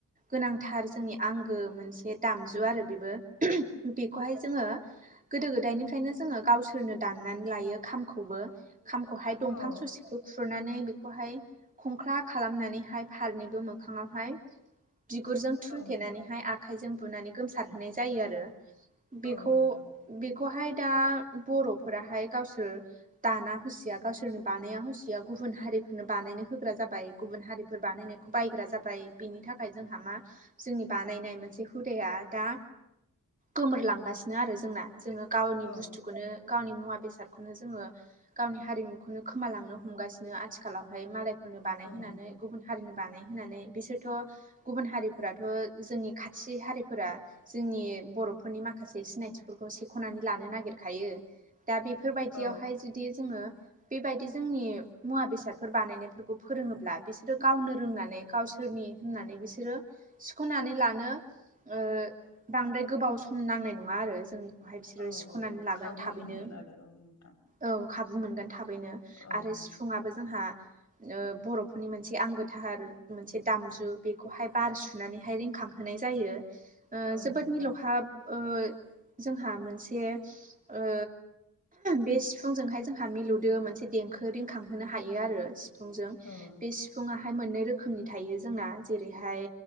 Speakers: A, on the right (about 25°); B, on the left (about 60°).
A: गोनांथार जोंनि आंगो मोनसे दामजु आरो बेबो बेखौहाय जोङो गोदो गोदायनिफ्रायनो जोङो गावसोरनो दाननानै लायो खामखौबो खामखौहाय दंफां
B: औ औ
A: ससेखौ खुरनानै बेखौहाय खंख्ला खालामनानैहाय फारनैबो मोखाङावहाय बिगुरजों थुनथेनानैहाय
B: औ नोंथां
A: आखाइजों बुनानै गोमसारहोनाय जायो आरो
B: औ
A: बेखौ
B: नोंथां
A: बेखौहाय दा बर'फोराहाय गावसोर दाना होसिया गावसोरनो बानाया होसिया गुबुन हारिफोरनो बानायनो होग्रा जाबाय गुबुन हारि फोर बानायनायखौ बायग्रा जाबाय बिनि थाखाय जोंहा मा जोंनि बानायनाय मोनसे हुदाया दा गोमोरलांगासिनो आरो जोंना जोङो गावनि
B: औ
A: बुस्थुखौनो गावनि मुवा बेसादखौनो जोंङो गावनि हारिमुखौनो खोमालांनो हमगासिनो आथिखालावहाय मालायफोरनो बानायहोनानै
B: औ नोंथां
A: गुबुन हारिनो बानाय होननानै बिसोरथ' गुबुन हारिफोराथ' जोंनि खाथि हारिफोरा जोंनि बर'फोरनि माखासे सिनायथिफोरखौ सेख'नानै लानो नागिरखायो दा बेफोरबायदियावहाय
B: औ
A: जुदि जोङो बेबायदि जोंनि मुवा बेसादफोर बानायनायफोरखौ फोरोङोब्ला बिसोरो गावनो रोंनानै गावसो फोरनि होननानै बिसोरो सिख'नानै लानो ओ बांद्राय गोबाव सम नांनाय नङा आरो जों ओमफाय बिसोरो
B: औ
A: सिख'नानै
B: औ
A: लागोन
B: खाबु
A: थाबैनो
B: मोनगोन आरो औ नोंथां
A: औ खाबु मोनगोन थाबैनो
B: औ
A: आरो
B: नोंथां
A: सिफुुंआबो जोंहा ओ बर'फोरनि मोनसे आंगोथार मोनसे दामजु बेखौहाय बार सुनानै रिंखांहोनाय जायो ओ
B: औ
A: जोबोद
B: नोंथां
A: मिलौहाब ओ जोंहा मोनसे ओ बे सिफुंजोंहाय जोंहा मिलौदो मोनसे देंखो रिंखांहोनो हायो आरो सि फुंजों
B: औ नोंथां
A: बे सिफुंङाहाय मोननै रोखोमनि थायो जोंना जेरैहाय